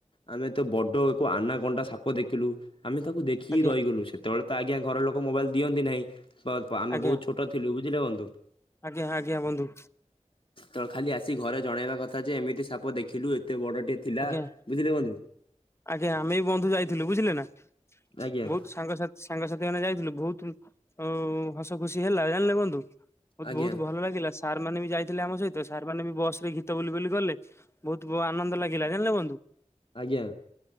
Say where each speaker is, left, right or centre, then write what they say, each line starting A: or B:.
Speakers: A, on the left (about 45°); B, on the left (about 20°).
A: ଆମେ ତ ବଡ ଏକ ଆନାକଣ୍ଡା ସାପ ଦେଖିଲୁ, ଆମେ ତାକୁ ଦେଖ କି
B: ଆଜ୍ଞା
A: ରହିଗଲୁ ସେତେବେଳେ ତ ଆଜ୍ଞା ଘର ଲୋକ ମୋବାଇଲ୍ ଦିଅନ୍ତି ନାହିଁ, ଆମେ
B: ଆଜ୍ଞା
A: ବହୁତ ଛୋଟ ଥିଲୁ, ବୁଝିଲେୁ ବନ୍ଧୁ?
B: ଆଜ୍ଞା ଆଜ୍ଞା ବନ୍ଧୁ।
A: ତ ଖାଲି ଆସି ଘରେ ଜଣେଇବା କଥା ଯେ ଏମିତି ସାପ ଦେଖିଲୁ ଏତେ ବଡଟେ ନା
B: ଆଜ୍ଞା।
A: ବୁଝିଲେ ବନ୍ଧୁ?
B: ଆଜ୍ଞା ଆମେ ବି ବନ୍ଧୁ ଯାଇଥିଲୁ ବୁଝିଲେ ନା,
A: ଆଜ୍ଞା।
B: ବହୁତ ସାଙ୍ଗସାଥି ସାଙ୍ଗସାଥି ମାନେ ଯାଇଥିଲୁ, ବହୁତ ହସ ଖୁସି ହେଲା ଜାଣିଲେ ବନ୍ଧୁ। ବହୁତ
A: ଆଜ୍ଞା।
B: ବହୁତ ଭଲ ଲାଗିଲା ସା ସାର୍ ମାନେ ବି ଯାଇଥିଲେ ଆମ ସହିତ, ସାର୍ ମାନେ ବି ବସ ରେ ଗୀତ ବୋଲି ବୋଲି ଗଲେ ବହୁତ ବ ଆନନ୍ଦ ଲାଗ ଲା, ଜାଣିଲେ ବନ୍ଧୁ?
A: ଆଜ୍ଞା।